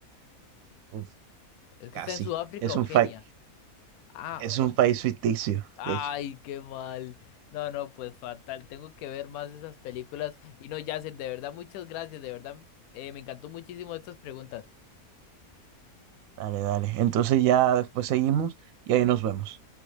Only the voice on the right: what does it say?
Uf,
casi.
Es
un fa-
es
un país ficticio,
de hecho.
Dale, dale. Entonces ya después seguimos y ahí nos vemos.